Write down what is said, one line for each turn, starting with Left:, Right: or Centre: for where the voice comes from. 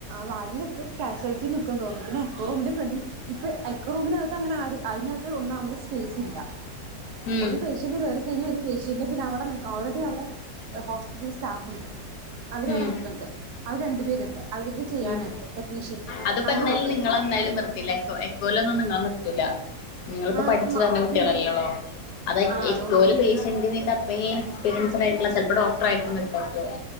Right: വാടിലൊക്കെ കാക്ഷലറ്റി ദുഃഖ തോന്നൂ പിന്നെ എറുംന്റെ ഫ്രണ്ടിൽ ഇപ്പൊ എക്ക റൂമിനകത്ത് അങ്ങനെ ആ അതിനകത്ത് ഒന്നുംാവുമുടെ സ്പേസ് ഇല്ല
Left: ഉം
Right: ഒരു പേഷ്യൻ്റ് വരു ഴിഞ്ഞൽ ഒരു പേഷ്യന്റ് പിന്നെ അടെ ഓൾറെഡി അടെ ഹോസ്പിറ്റലൽ സ്റ്റാഫ് ഉണ്ട് അവരവിടെ
Left: ഉം
Right: നക്കുണ്ട് അവര് രണ്ടു പേരുണ്ട് അവരി ഇത് ചെയ്യാനായിട്ട്
Left: ഉം
Right: ടെക്നീഷ്യൻസ്
Left: അതിപ്പോ
Right: അവരും
Left: എന്തായാലും
Right: ഒക്കെ
Left: നിങ്ങള എന്തായാലും നിർത്തില്ല എക്കല ഒന്നും നിങ്ങ നിർത്തൂല നിങ്ങളിപ്പോ
Right: ആഹ്
Left: പഠിച്ചു പറഞ്ഞ കുട്ടികളല്ലള്ളോ
Right: ഞങ്ങക്ക്
Left: അത
Right: ആഹ്
Left: എലും
Right: അതുകൊണ്ട് പിന്നെ
Left: പ എന്തിന് ൻ്റെ അപ്പയ് എസ്പീരിയൻസ്ഡായിയിുള്ള ചിലപ്പോൾ ഡോ എായിരിക്കക്ക